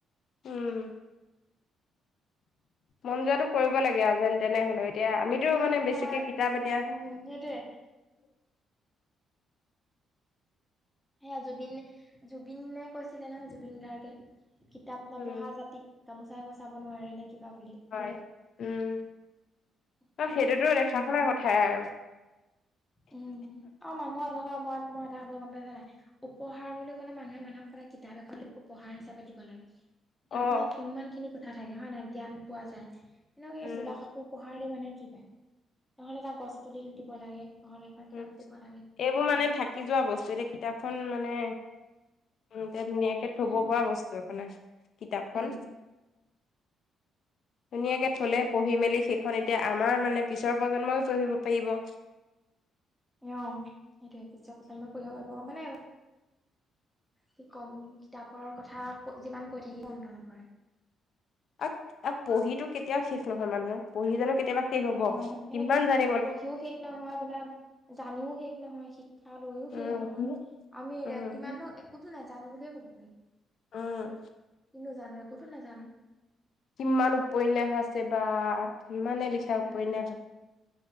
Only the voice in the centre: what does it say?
মানুহক
সদায়
উম, সেইটোৱে। সেয়া জুবিন, জুবিনে কৈছিলে নহয় জুবিন গাৰ্গে কিতাপ নপঢ়া
জাতিক গামোচাই বচাব নোৱাৰে নে কিবা বুলি।
সেইটোৱে
উম, অ মানুহৰ এনেকুৱা মই মই এটা খবৰ গম পাইছা নাই। উপহাৰ বুলি ক'লে মানুহে মানুহক সদায় কিতাপ এখন উপহাৰ হিচাপে দিব লাগে। কিতাপখনত
কিমান খিনি কথা থাকে হয় নহয় জ্ঞান পোৱা যায়, এনেকে
চোলা কাপোৰ পঢ়াৰ মানুহে কি পায়, নহ'লে এটা গছ পুলি দিব লাগে। নহ'লে এখন কিতাপ
দিব লাগে
উম
উম
অ', সেইটোৱে, পিছৰ প্ৰজন্মই পঢ়িব পাৰিব, মানে কি কম, কিতাপৰ কথা, ক, যিমান কৈ থাকিলেও অন্ত নপৰে।
নহয়
সেইটোৱে
পঢ়িও শেষ নহয়, আপোনাৰ জানিও শেষ নহয়, শিক্ষা লৈও শেষ
নহয়। আমি
লে, কিমানো একোতো নাজানো বুলিয়ে ক'ব পাৰি।
কিনো জানো, একোতো নাজানো।
উম